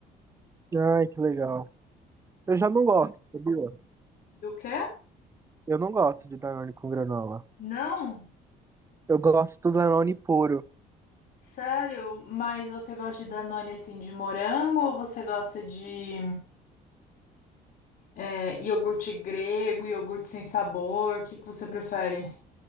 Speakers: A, on the right; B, on the left.
A: Ai, que legal. Eu já não gosto, sabia?
B: Do quê?
A: Eu não gosto de Danone com granola.
B: Não?
A: Eu gosto do Danone puro.
B: Sério? Mas você gosta de Danone assim de morango ou você gosta de é, iogurte grego, iogurte sem sabor? O que que você prefere?